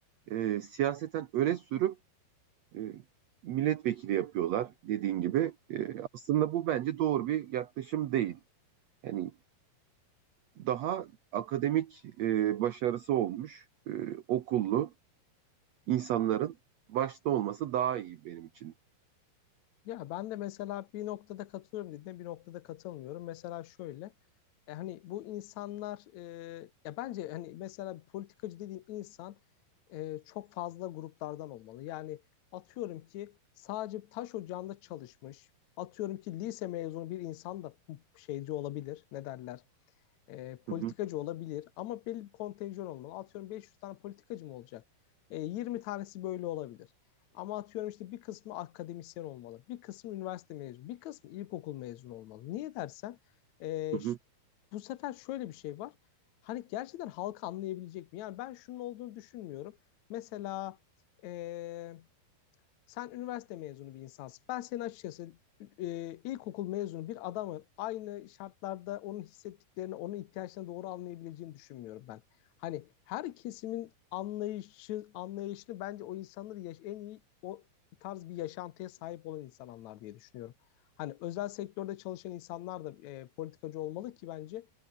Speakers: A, on the right (about 85°); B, on the left (about 75°).
A: e, siyaseten öne sürüp e, milletvekili yapıyorlar dediğin gibi. E, aslında bu bence doğru bir yaklaşım değil. Yani daha akademik e, başarısı olmuş e, okullu insanların başta olması daha iyi benim için.
B: Ya ben de mesela bir noktada katılıyorum dediğine bir noktada katılmıyorum. Mesela şöyle e, hani bu insanlar e, ya bence hani mesela bir politikacı dediğin insan e, çok fazla gruplardan olmalı. Yani atıyorum ki sadece taş ocağında çalışmış. Atıyorum ki lise mezunu bir insan da şeyci olabilir. Ne derler? E, politikacı
A: Hı hı,
B: olabilir ama belli bir kontenjan olmalı. Atıyorum 500 tane politikacı mı olacak? E, 20 tanesi böyle olabilir. Ama atıyorum işte bir kısmı akademisyen olmalı, bir kısmı üniversite mezunu, bir kısmı ilkokul mezunu olmalı. Niye dersen e,
A: hı
B: ş-
A: hı,
B: bu sefer şöyle bir şey var. Hani gerçekten halkı anlayabilecek mi? Yani ben şunun olduğunu düşünmüyorum. Mesela e, sen üniversite mezunu bir insansın. Ben senin açıkçası e, ilkokul mezunu bir adamın aynı şartlarda onun hissettiklerini, onun ihtiyaçlarını doğru anlayabileceğini düşünmüyorum ben. Hani her kesimin anlayışı, anlayışını bence o insanları yaş en iyi o tarz bir yaşantıya sahip olan insanlar diye düşünüyorum. Hani özel sektörde çalışan insanlar da e, politikacı olmalı ki bence